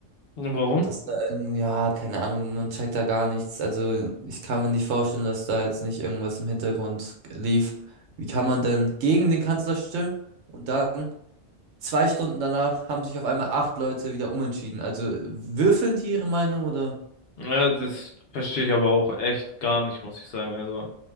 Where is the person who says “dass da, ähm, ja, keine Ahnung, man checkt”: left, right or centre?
Right